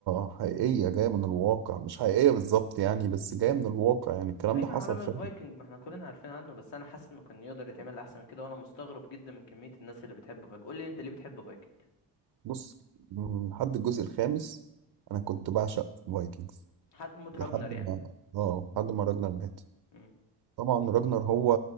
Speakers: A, on the right; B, on the left.
A: حقيقية جاية من الواقع مش حقيقية بالظبط يعني بس جاية من الواقع يعني الكلام
B: ايوه
A: ده حصل
B: عالم الفايكنج
A: فعلا
B: ما احنا كلنا عارفين عنه بس انا حاسس انه كان يقدر يتعمل احسن من كده وانا مستغرب جدا من كميه الناس اللي بتحب فايكنج قول لي انت ليه بتحب فايكنج
A: بص م، لحد الجزء الخامس أنا كنت بعشق فايكنجز
B: حد موت راجنر
A: لحد
B: يعني
A: ما اه لحد ما راجنر مات
B: امم
A: طبعا راجنر هو